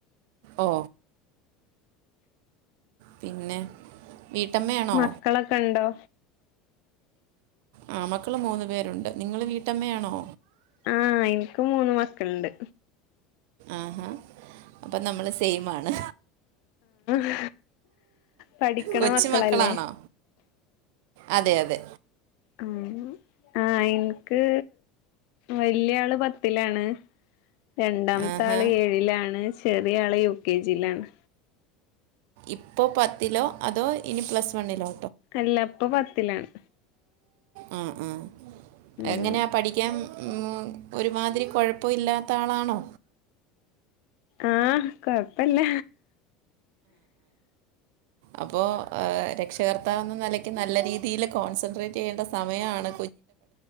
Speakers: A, on the right (about 70°); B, on the left (about 65°).
A: ഓ പിന്നെ വീട്ടമ്മയാണോ
B: മക്കളൊക്കെ ഉണ്ടോ
A: ആ മക്കള് മൂന്നു പേരുണ്ട് നിങ്ങള് വീട്ടമ്മയാണോ
B: ആ എനിക്ക് മൂന്ന് മക്കളുണ്ട്
A: ആഹാ അപ്പൊ നമ്മള് സെയിംആണ്
B: ഉം പഠിക്കണ
A: കൊച്ചു
B: മക്കളല്ലേ
A: മക്കളാണോ അതെ അതെ
B: ഉം ആ എനിക്ക് വലിയ ആള് പത്തിലാണ് രണ്ടാമത്തെ
A: ആഹാ
B: ആള് ഏഴിലാണ് ചെറിയ ആള് യു കെ ജിയിലാണ്
A: ഇപ്പോ പത്തിലോ അതോ ഇനി പ്ലസ് വണ്ണിലോ
B: അല്ല ഇപ്പം പത്തിലാണ്
A: ആ ആ
B: ഉം
A: എങ്ങനെയാ പഠിക്കാൻ ഉം, ഒരുമാതിരി കുഴപ്പം ഇല്ലാ ത്താളാണോ
B: ആ കൊഴപ്പവില്ല
A: അപ്പോ രക്ഷകർത്താവെന്ന നിലക്ക് നല്ല രീതില് കോൺസെൻട്രേറ്റ് ചെയ്യേണ്ട സമയാണ്